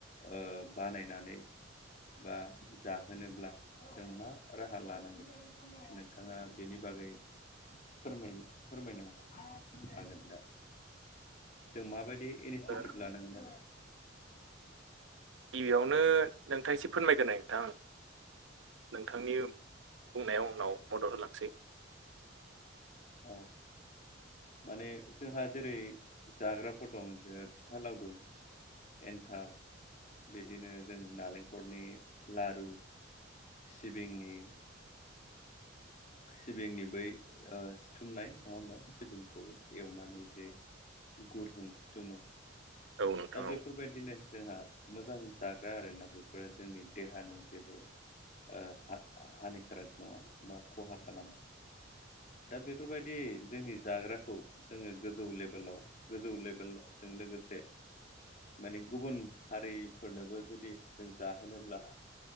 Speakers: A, on the left; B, on the right.
A: ओ बानायनानै बा जाहोनोब्ला जों मा राहा लानांगोन नोंथाङा बेनि बागै फोरमाय फोरमायनो हागोन दा? जों माबायदि इनिसियेटिभ
B: औ
A: लानांगोन आरो
B: गिबियावनो नोंथां एसे फोरमायगोलाय नोंथां। नोंथांनि बुंनाय उनाव मदद होलांसै। <inaudible>
A: औ माने जोंहा जेरै जाग्राफोर दं जे फिथा लावदुम। एन्थाब बिदिनो जों नालेंखलनि लारु सिबिंनि सिबिंनि बै ओ सिथुमनाय नङा होमबा सिबिंखौ एवनानै जे गुरजों सिथुमो
B: औ नोंथां
A: दा बेफोरबायदिनो
B: औ
A: जोंहा मोजां जाग्रा आरोना बेफोरो जोंनि देहानि जेबो ओ हा हानिकाराग नङा बा खहा खालामा। दा बेफोरबायदि जोंनि जाग्राखौ जोङो गोजौ लेभेलाव गोजौ लेभेलजों लोगोसे माने गुबुन हारिफोरनोबो जुदि जों जाहोनोब्ला